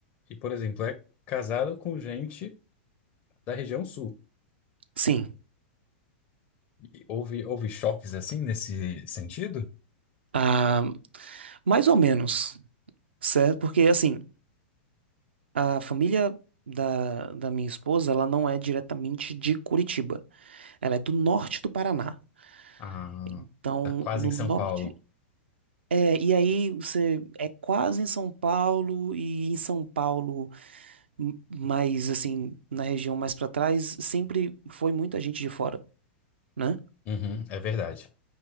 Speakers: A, on the left; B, on the right.
A: E, por exemplo, é casado com gente da região sul.
B: sim.
A: E houve, houve choques assim nesse sentido?
B: Ah, mais ou menos, certo? Porque, assim, a família da, da minha esposa, ela não é diretamente de Curitiba. Ela é do norte do Paraná.
A: Ah,
B: Então,
A: tá quase
B: no
A: em São
B: norte
A: Paulo.
B: É, e aí você é quase em São Paulo e em São Paulo, m- mas assim, na região mais pra trás, sempre foi muita gente de fora, né?
A: Uhum, é verdade.